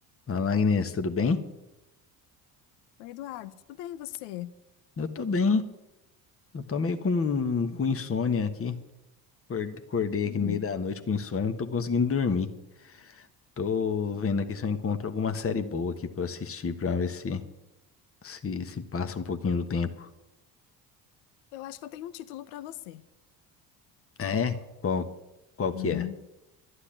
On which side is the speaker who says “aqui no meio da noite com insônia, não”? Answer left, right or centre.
Left